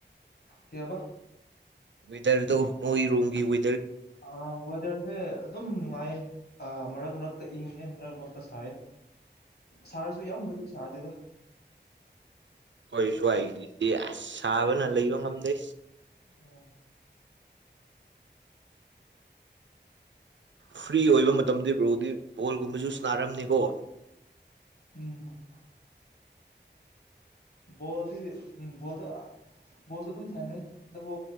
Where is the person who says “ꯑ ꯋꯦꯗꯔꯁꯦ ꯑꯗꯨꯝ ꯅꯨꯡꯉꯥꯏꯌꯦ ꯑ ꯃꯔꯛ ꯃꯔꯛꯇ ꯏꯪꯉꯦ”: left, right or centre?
Left